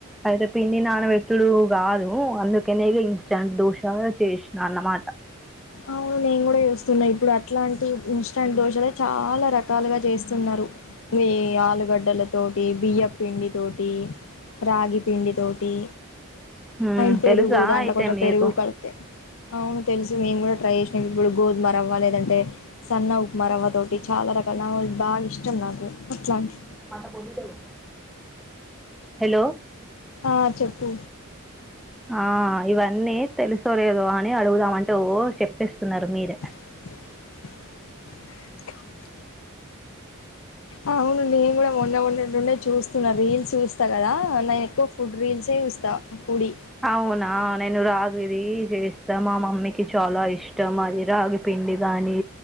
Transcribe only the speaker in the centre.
అయితే పిండి నానపెట్టుడు కాదు అందుకనే ఇంస్టాంట్ దోష చాలా చేసిన అన్నమాట
హ్మ్
తెలుసా
అయితే
మీకు
అంట <unintelligible> హెలో
ఆ ఇవన్నీ తెలుసో లేదో అని అడుగుదామంటే ఓ చెప్పేస్తున్నారు మీరే
అవునా నేను రాగిది చేస్తా మా మమ్మీకి చాలా ఇష్టం అది రాగి పిం పిండి గానీ